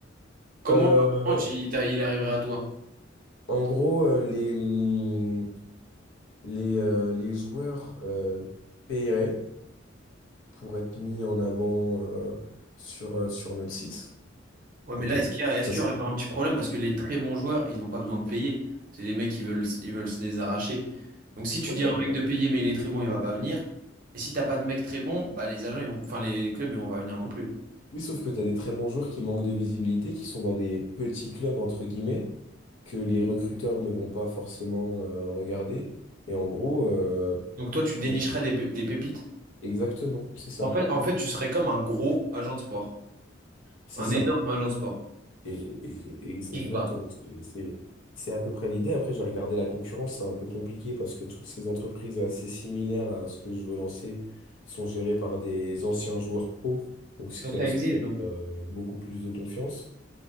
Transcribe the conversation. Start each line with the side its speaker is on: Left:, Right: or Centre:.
Right: Comment
Left: Euh,
Right: comment tu- il t'a- il arriverait à toi?
Left: en gros, euh, les, hmm, les, euh, les joueurs euh, paieraient pour être mis en avant euh, sur, euh, sur notre site.
Right: Ouais,
Left: Ok.
Right: mais là, est-ce qu'il y a- est-ce
Left: Parce
Right: qu'il y aurait
Left: que-
Right: pas un petit problème? Parce que les très bons joueurs, ils n'ont pas besoin de payer. C'est des mecs qui veulent, ils veulent se les arracher. Donc si tu
Left: oui,
Right: dis
Left: t'as-
Right: à un
Left: t'as-
Right: mec de payer, mais il est très bon, il va pas venir. Et si t'as pas de mec très bon, bah les agents, ils vont, enfin les clubs, ils vont pas venir non plus.
Left: oui, sauf que tu as des très bons joueurs qui manquent de visibilité, qui sont dans des petits clubs, entre guillemets, que les recruteurs ne vont pas forcément euh, regarder. Et en gros, euh,
Right: Donc toi, tu dénicherais
Left: on-
Right: des, pé- des pépites.
Left: exactement, c'est ça.
Right: En fait, en fait, tu serais comme un gros agent de sport.
Left: C'est
Right: Un
Left: ça.
Right: énorme agent de sport.
Left: Et, et- ex-
Right: Big
Left: exactement.
Right: Bang.
Left: C'est c'est- c'est à peu près l'idée. Après, j'ai regardé la concurrence, c'est un peu compliqué parce que toutes ces entreprises assez similaires à ce que je veux lancer sont gérées par des anciens joueurs pro, donc ce
Right: Donc
Left: qui
Right: ça
Left: inspire
Right: existe, donc.
Left: euh, beaucoup plus de confiance.